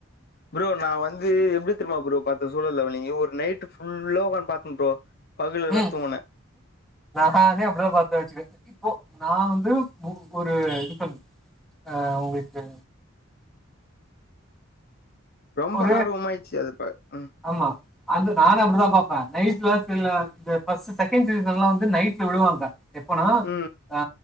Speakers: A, on the left; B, in the centre.
A: ப்ரோ நா வந்து எப்டி தெர்மா ப்ரோ பாத்த சூழல் லெவனையு ஒரு நைட் ஃபுல்லா ஒக்கான் பாத்த ப்ரோ பாதில
B: ம்
A: தா தூங்கனே
B: நானே அப்டிதா பாத்த வச்சிக்க இப்போ நா வந்து ஒரு இது பண் அ உங்களுக்கு
A: ரொம்ப
B: ஒரு
A: ஆர்வமா ஆய்ட்ச்சி அது அப்ப ம்
B: ஆமா அந்து நானு அப்டி தா பாப்பே நைட்ல சில இந்த ஃபஸ் செகண்டு நல்லா வந்து நைட்ல இவ்ளோ வருதா எப்பனா
A: ம்
B: அ